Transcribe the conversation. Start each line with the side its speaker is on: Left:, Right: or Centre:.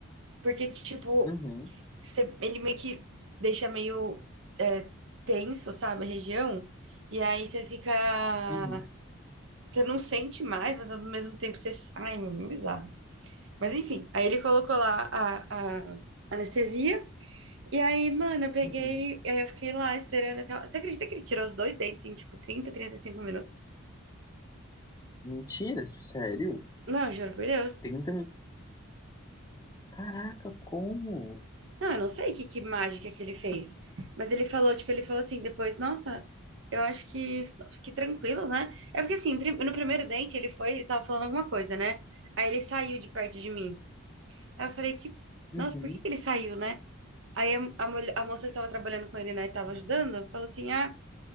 Right: porque, tipo,
Left: Uhum,
Right: você- ele meio que deixa meio é, tenso, sabe, a região, e aí você fica.
Left: uhum,
Right: Você não sente mais, mas ao mesmo tempo você. Ai, meu, é bizarro. Mas enfim, aí ele colocou lá a, a anestesia. E aí, mano, eu peguei,
Left: uhum.
Right: aí eu fiquei lá esperando até. Você acredita que ele tirou os dois dentes em, tipo, trinta, trinta e cinco minutos?
Left: Mentira, sério?
Right: Não, juro por Deus.
Left: 30 mil. Caraca, como?
Right: Não, eu não sei que, que mágica que ele fez. Mas ele falou, tipo, ele falou assim, depois, nossa, eu acho que, acho que tranquilo, né? É porque assim, prim- no primeiro dente ele foi, ele tava falando alguma coisa, né? Aí ele saiu de perto de mim. Aí eu falei que,
Left: Uhum.
Right: nossa, por que que ele saiu, né? Aí a, a, mulher- a moça que tava trabalhando com ele, né, tava ajudando, falou assim, ah,